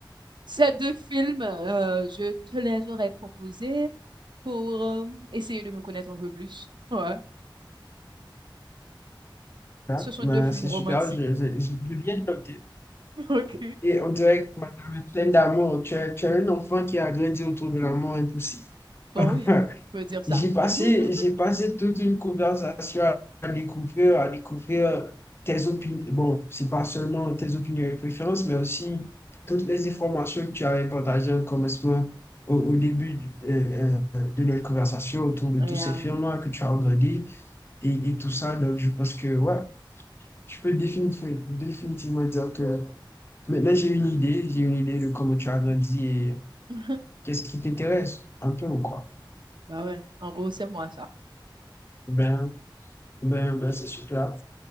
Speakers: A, on the right; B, on the left.
A: ces deux films, euh, je te les aurais proposés. pour euh, essayer de me connaître un peu plus. Ouais.
B: Hein?
A: Ce sont
B: Ben,
A: deux films
B: c'est
A: romantiques.
B: super, je, je, je- je viens de noter.
A: <laughs> Ok.
B: Et on dirait que madame est pleine d'amour. Tu es, tu es un enfant qui a grandi autour de l'amour impossible.
A: Bon,
B: <laughs>
A: oui, je veux dire ça.
B: J'ai passé,
A: <laughs>
B: j'ai passé toute une conversation à découvrir, à découvrir tes opinions. Bon, c'est pas seulement tes opinions et préférences, mais aussi toutes les informations que tu avais partagées en commencement au, au début du- euh, euh, de notre conversation autour de tous
A: Et,
B: ces
A: euh,
B: films-là que tu as regardés et, et tout ça. Donc, je pense que, ouais, je peux définitivement, définitivement dire que maintenant j'ai une idée, j'ai une idée de comment tu as grandi et
A: <laughs>
B: qu'est-ce qui t'intéresse un peu ou quoi.
A: Bah ouais, en gros, c'est moi ça.
B: Ben, ben, ben, c'est super.